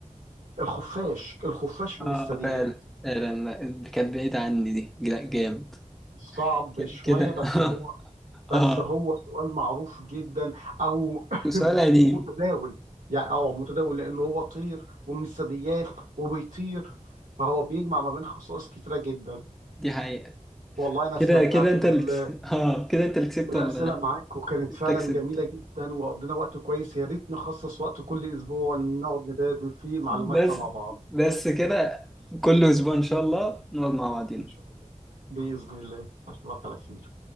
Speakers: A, on the right (about 80°); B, in the centre.
A: الخفاش الخفاش من
B: اه
A: الثدييات
B: فعلا فعلا لا، كانت بعيد عني دي لا جامد
A: صعب
B: كده
A: شوية
B: كده
A: بس هو
B: <laughs>
A: بس
B: اه
A: هو سؤال معروف جدا او <coughs>
B: وسؤال قديم
A: متداول يعني اه متداول لانه هو طير ومن الثدييات وبيطير فهو بيجمع ما بين خصائص كتيرة جدا
B: دي حقيقة
A: والله أنا استمتعت
B: كده كده انت
A: بال...
B: اللي كسبت اه كده انت اللي كسبت
A: بالأسئلة
B: ولا انا؟
A: معاك وكانت
B: انت
A: فعلا
B: كسبت
A: جميلة جدا وقضينا وقت كويس يا ريت نخصص وقت كل أسبوع نقعد نبادل فيه معلوماتنا
B: بس
A: مع بعض
B: بس كده كل اسبوع ان شاء الله نقعد مع بعضينا
A: إن شاء الله بإذن الله أشوفك على خير